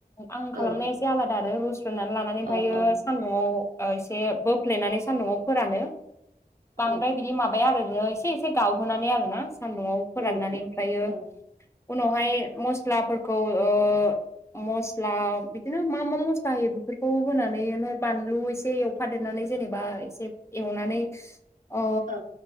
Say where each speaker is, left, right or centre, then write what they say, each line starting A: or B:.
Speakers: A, on the left; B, on the right.
A: आं खालामनाय,
B: औ
A: एसे आलादा आरो रुस्रोनानै लानानै ओमफायो
B: अ अ
A: सान्दुङाव एसे बोफ्लेनानै, सानदुंआव फोरानो बांद्राय
B: औ
A: बिदि माबाया आरो नोङो एसे एसे गावहोनानै आरोना? सान्दुंआव फोराननानै
B: उम उम
A: ओमफ्रायो,
B: औ
A: उनावहाय मस्लाफोरखौ ओ मस्ला बिदिनो मा मा मस्ला होयो बेफोरखौ होनानैनो बानलु एसे एवफादेरनानै जेनेबा एसे, एवनानै अ
B: औ